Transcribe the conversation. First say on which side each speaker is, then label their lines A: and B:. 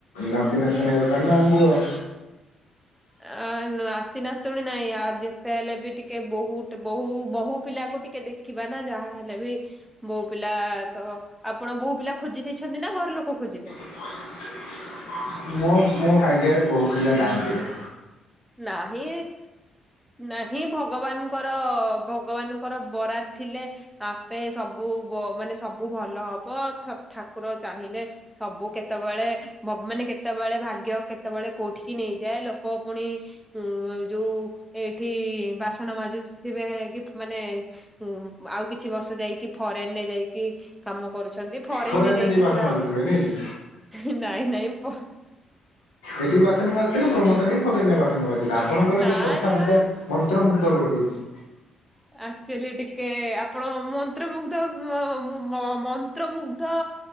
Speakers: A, on the left; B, in the centre.
A: ନାତି ନାତୁଣୀ ଦର୍କାର୍ ନା ଆମକୁ ଆଉ।
B: ଏ ନାତି ନାତୁଣୀ ନାଇଁ ଆଉ ଯେତେ ହେଲେ ବି ଟିକେ ବୋହୂଟ୍ ବୋହୂ ବୋହୂ ପିଲାକୁ ଟିକେ ଦେ ଖିବାନା ଯାହାହେଲେ ବି। ବୋହୂ ପିଲା ତ ଆପଣ ବୋହୂ ପିଲା ଖୋଜି ଦେଇଛନ୍ତି ନା ଘର ଲୋକ ଖୋଜିବେ?
A: <unintelligible> ମୋ ମୋ ଭାଗ୍ୟରେ ବୋହୂ ପିଲା ନାହାଁନ୍ତିରେ।
B: ନାହିଁ ନାହିଁ ଭଗବାନ୍ଙ୍କର ଭଗବାନ୍ଙ୍କର ବରାଦ୍ ଥିଲେ ଆପେ ସବୁ ଗ ମାନେ ସବୁ ଭଲ ହବ ଠକ୍ ଠାକୁର ଚାହିଁଲେ ସବୁ କେତେବେଳେ ମ ମାନେ କେତେବେଳେ ଭାଗ୍ୟ କେତେବେଳେ କୋଉଠିକି ନେଇଯାଏ ଲୋକ ପୁଣି ଉଁ ଯୋଉ ଏଇଠି ବାସନ ମାଜୁ ସେବେ କି ମାନେ ହୁଁ ଆଉ କିଛି ବର୍ଷ ଯାଇକି ଫରେନ୍ ରେ ଯାଇ କି କାମ କରୁଛନ୍ତି ଫରେନ୍
A: ଫୋରେନରେ
B: ରେ ଯାଇକି
A: ଯାଇ ବାସନ
B: ପୁରା
A: ମାଜୁଥିବେ
B: ଅଏ
A: ନାଇଁ କି
B: ନାଇଁ ନାଇଁ ପ
A: ଏଠି ବାସନ୍ ମାଜ୍ କିନ୍ତୁ ପ୍ରମୋସନ୍ ବି ଫରେନ୍ ରେ ବାସନ ମାଜିଲା ଆପଣଙ୍କର
B: ନା
A: ଯୋଉ କଥା
B: ନା
A: ମତେ ମନ୍ତ୍ରମୁଗ୍ଧ କର୍ଦଉଛି।
B: ଆ କ୍ଚୁଲି ଟିକେ ଆପଣ ମନ୍ତ୍ରମୁଗ୍ଧ ମମ ମନ୍ତ୍ରମୁଗ୍ଧ